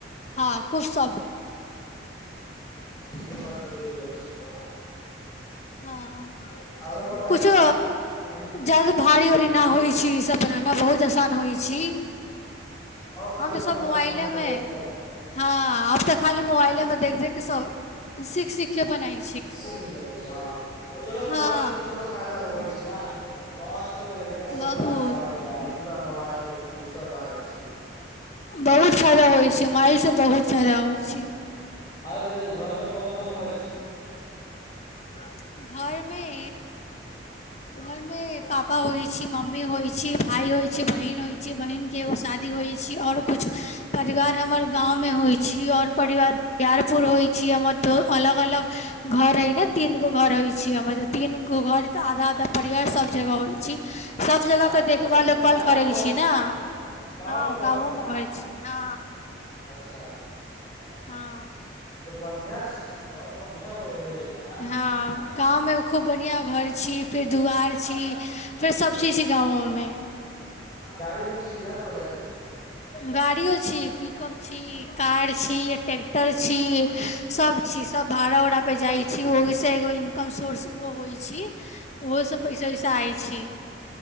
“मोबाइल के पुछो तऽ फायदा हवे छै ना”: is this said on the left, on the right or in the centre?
Left